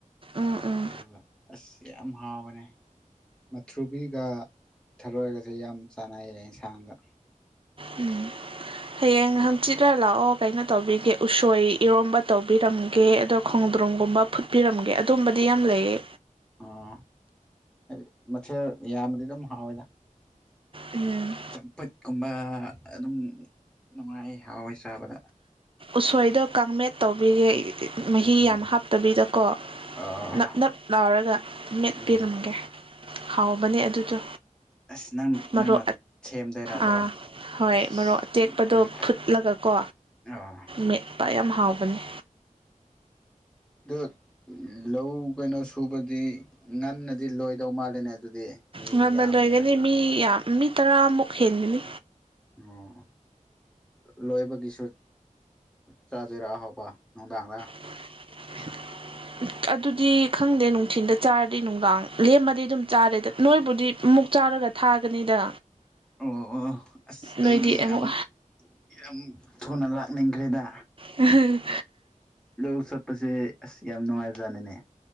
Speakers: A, on the right; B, in the centre.
A: ꯎꯝ ꯎꯝ
B: ꯑꯗꯨꯒ ꯑꯁ ꯌꯥꯝ ꯍꯥꯎꯕꯅꯦ ꯃꯊ꯭ꯔꯨꯕꯤꯒ ꯊꯔꯣꯏꯒꯁꯦ ꯌꯥꯝ ꯆꯥꯟꯅꯩꯌꯦ ꯌꯦꯟꯁꯥꯡꯗ
A: ꯎꯝ ꯍꯌꯦꯡ ꯍꯪꯆꯤꯠꯅ ꯂꯥꯛꯑꯣ ꯀꯩꯅꯣ ꯇꯧꯕꯤꯒꯦ ꯎꯁꯣꯏ ꯏꯔꯣꯝꯕ ꯇꯧꯕꯤꯔꯝꯒ ꯀꯦ ꯑꯗꯣ ꯈꯣꯡꯗ꯭ꯔꯣꯝꯒꯨꯝꯕ ꯐꯨꯠꯄꯤꯔꯝꯒꯦ ꯑꯗꯨꯝꯕꯗꯤ ꯌꯥꯝ ꯂꯩꯌꯦ
B: ꯑꯣ ꯍꯥꯏꯗꯤ ꯃꯊꯦꯜ ꯌꯥꯝꯕꯗꯤ ꯑꯗꯨꯝ ꯍꯥꯎꯋꯦꯗ
A: ꯎꯝ
B: ꯆꯝꯐꯨꯠꯀꯨꯝꯕ ꯑꯗꯨꯝ ꯅꯨꯡꯉꯥꯏ ꯍꯥꯎꯋꯦ ꯆꯥꯕꯗ
A: ꯎꯁꯣꯏꯗꯣ ꯀꯥꯡꯃꯦꯠ ꯇꯧꯕꯤꯒꯦ ꯃꯍꯤ
B: ꯎꯝ
A: ꯌꯥꯝ ꯍꯥꯞ ꯇꯕꯤꯗꯀꯣ
B: ꯑꯥ
A: ꯅꯞ ꯅꯞ ꯂꯥꯎꯔꯒ ꯃꯦꯠꯄꯤꯔꯝꯒꯦ
B: ꯎꯝ
A: ꯍꯥꯎꯕꯅꯦ ꯑꯗꯨꯗꯣ
B: ꯑꯁ ꯅꯪ
A: ꯃꯔ
B: ꯅꯪꯅ ꯁꯦꯝꯗꯣꯏꯔ ꯑꯗꯣ
A: ꯑꯥ ꯍꯣꯏ
B: ꯑꯁ
A: ꯃꯔꯣꯛ ꯑꯇꯦꯛꯄꯗꯣ
B: ꯅꯪ
A: ꯐꯨꯠꯂꯒ ꯀꯣ
B: ꯑꯥ
A: ꯃꯦꯠꯄ ꯌꯥꯝ ꯍꯥꯎꯕꯅꯤ
B: ꯎ ꯠ ꯂꯧ ꯀꯩꯅꯣ ꯁꯨꯕꯗꯤ ꯉꯟꯅꯗꯤ ꯂꯣꯏꯗꯧ ꯃꯥꯜꯜꯂꯤꯦꯅꯦ ꯑꯗꯨꯗꯤ ꯃꯤ
A: ꯉꯅ
B: ꯌꯥꯝꯕꯅꯤꯅ
A: ꯂꯣꯏꯒꯅꯤ ꯃꯤ ꯌꯥꯝ ꯃꯤ ꯇꯔꯥꯃꯨꯛ ꯍꯦꯟꯒꯅꯤ
B: ꯑꯣꯝ ꯂꯣꯏꯕꯒꯤꯁꯨ ꯆꯥꯗꯣꯏꯔꯥ ꯍꯥꯎꯕ ꯅꯨꯡꯗꯥꯡꯗ
A: <unintelligible> ꯑꯗꯨꯗꯤ ꯈꯪꯗꯦ ꯅꯨꯡꯊꯤꯤꯟꯗ ꯆꯥꯔꯗꯤ ꯅꯨꯡꯗꯥꯡ ꯂꯦꯝꯃꯗꯤ ꯑꯗꯨꯝ ꯆꯥꯔꯦꯗ ꯅꯣꯏꯕꯨꯗꯤ ꯑꯃꯨꯛ ꯆꯥꯔꯒ ꯊꯥꯒꯅꯤꯗ
B: ꯑꯣ ꯑꯣ ꯑꯁ
A: ꯅꯣꯏꯗꯤ
B: ꯑꯩꯗꯤ
A: ꯑꯃꯨꯛ
B: ꯌꯥꯝ ꯌꯥꯝ ꯊꯨꯅ ꯂꯥꯛꯅꯤꯡꯈ꯭ꯔꯦꯗ
A: ꯎꯝ
B: ꯂꯧ ꯆꯠꯄꯁꯦ ꯑꯁ ꯌꯥꯝ ꯅꯨꯡꯉꯥꯏꯕꯖꯥꯠꯅꯅꯦ